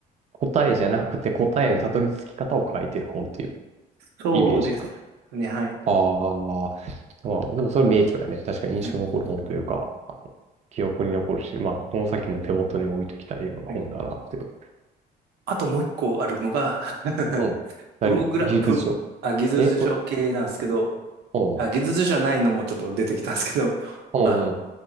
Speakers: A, on the right; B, on the right.
A: 答えじゃなくて答えのたどり着き方を書いてる本っていう
B: そうですね、
A: イメージが。
B: はい。
A: ああ、まあ、まあでもそれ名著やね。確かに印象残る本というか、
B: はい。
A: あの記憶に残るし、まあ、この先も手元に置いときたいような本だなっていう。
B: はいあともう一個あるのが <laughs>
A: うん。何技術書。
B: プログラプ、あ、技術書系なんですけど、
A: え、ぷ、お
B: あ、技術書じゃないのもちょっと出てきたんですけど、<laughs>
A: うん、
B: あの、
A: うん、